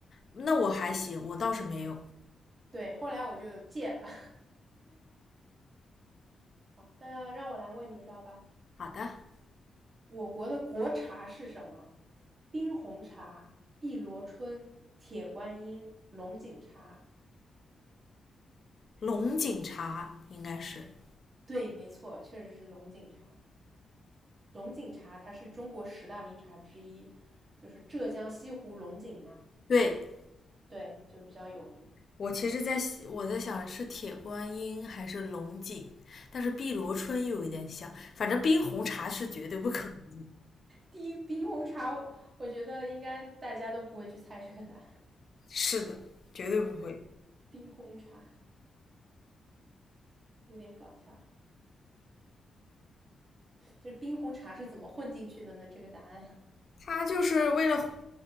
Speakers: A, on the left; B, on the right.
A: 那我还行，我倒是没有。
B: 对，后来我就戒了。<laughs> 好，那让我来问你一道吧。
A: 好的，
B: 我国的国茶是什么？冰红茶、碧螺春、铁观音、龙井茶。
A: 龙井茶应该是。
B: 对，没错，确实是龙井茶。龙井茶它是中国十大名茶之一，就是浙江西湖龙井嘛，
A: 对，
B: 对，就比较有名。
A: 我其实在我在想是铁观音还是龙井，但是碧螺春又有点像，反正冰红茶是绝对不可能。
B: 第一，冰红茶，我觉得应该大家都不会去猜这个答案。
A: 是的，绝对不会。
B: <laughs> 冰红茶有点搞笑，这冰红茶是怎么混进去的呢？这个答案，
A: 他就是为了，